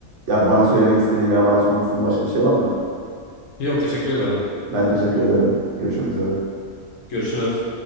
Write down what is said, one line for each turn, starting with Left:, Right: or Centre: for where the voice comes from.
Right: Ya bana söylemek istediğin veya bana sormak istediğin başka bir şey var mı?
Left: Yok teşekkür ederim.
Right: Ben teşekkür ederim. Görüşmek üzere.
Left: Görüşürüz.